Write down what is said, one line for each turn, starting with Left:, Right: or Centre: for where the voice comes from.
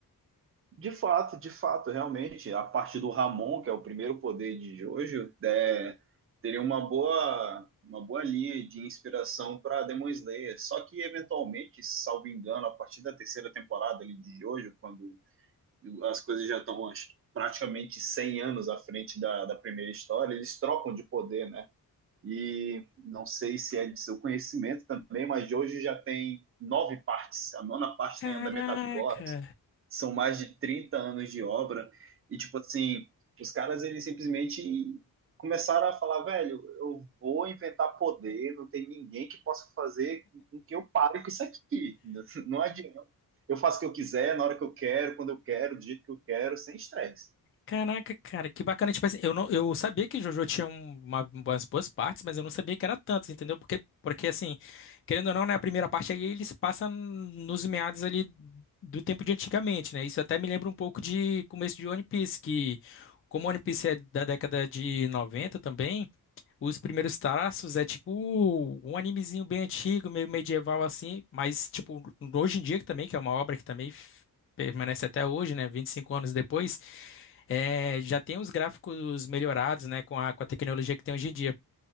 Right: De fato, de fato, realmente, a parte do Ramon, que é o primeiro poder de Jojo, é, teria uma boa, uma boa linha de inspiração para Demon Slayer. Só que, eventualmente, salvo engano, a partir da terceira temporada ali, de Jojo, quando as coisas já estão acho, praticamente 100 anos à frente da, da primeira história, eles trocam de poder, né? E não sei se é de seu conhecimento também, mas de hoje já tem nove partes. A nona parte
Left: Caraca!
Right: tem andamento agora. São mais de 30 anos de obra. E, tipo assim, os caras, eles simplesmente começaram a falar, velho, eu vou inventar poder, não tem ninguém que possa fazer com que eu pare com isso aqui. <laughs> Não adianta. Eu faço o que eu quiser, na hora que eu quero, quando eu quero, do jeito que eu quero, sem estresse.
Left: Caraca, cara, que bacana. Tipo assim, eu não, eu sabia que JoJo tinha um, uma, umas boas partes, mas eu não sabia que era tantas, entendeu? Porque, porque assim, querendo ou não, né, a primeira parte ali ele se passa nos meados ali do tempo de antigamente, né? Isso até me lembra um pouco de começo de One Piece, que como One Piece é da década de 90 também, os primeiros traços é tipo um animezinho bem antigo, meio medieval assim, mas tipo, hoje em dia também, que é uma obra que também f- permanece até hoje, né, 25 anos depois, é, já tem os gráficos melhorados, né, com a, com a tecnologia que tem hoje em dia.